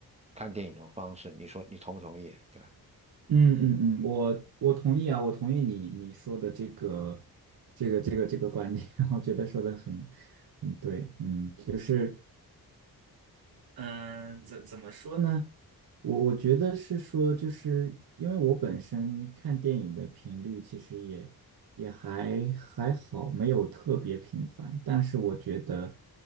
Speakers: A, on the right (about 15°); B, on the right (about 70°).
A: 看电影的方式。你说你同不同意？对吧？
B: 嗯嗯嗯，我我同意啊，我同意你你说的这个这个这个这个观点，<laughs> 我觉得说的很很对，嗯，就是。嗯，怎怎么说呢？我我觉得是说，就是因为我本身看电影的频率其实也也还还好，没有特别频繁。但是我觉得，